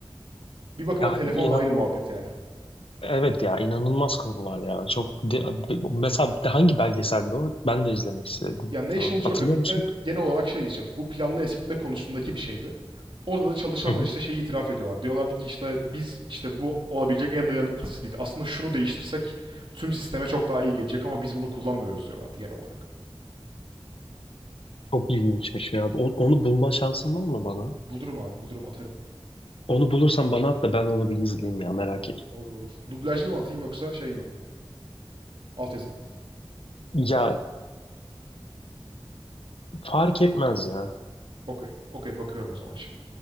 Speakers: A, on the right (about 60°); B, on the left (about 70°).
A: Bir bakıma
B: Ya
A: telefonla
B: inan
A: aynı muhabbet yani.
B: evet ya inanılmaz konular ya. Çok de- mesela hangi belgeselde o? Ben de izlemek istedim
A: Ya National
B: şu an.
A: Geographic'te
B: Hatırlıyor musun?
A: genel olarak şey diyeceğim. Bu planlı eskitme konusundaki bir şeydi. Orada da çalışanlar
B: Hı hı.
A: işte şeyi itiraf ediyorlar. Diyorlardı ki işte biz işte bu olabilecek en dayanıklısı değil. Aslında şunu değiştirsek tüm sisteme çok daha iyi gelecek ama biz bunu kullanmıyoruz diyorlardı genel olarak.
B: Çok ilginçmiş ya. O- Onu bulma şansın var mı bana?
A: Bulurum abi bulurum atarım.
B: Onu bulursan bana at da ben onu bir izleyeyim ya merak et.
A: Olur olur. Dublajlı mı atayım yoksa şey mi? Altyazılı.
B: Ya fark etmez ya.
A: Okey. Okey bakıyorum o zaman şimdi.